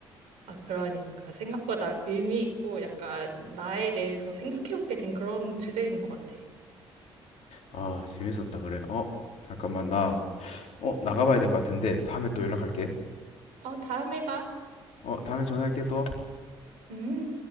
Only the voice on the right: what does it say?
아, 그러니까 생각보다 의미 있고 약간 나에 대해서 생각해보게 된 그런 주제인 것 같아.
어, 다음에 봐.
음.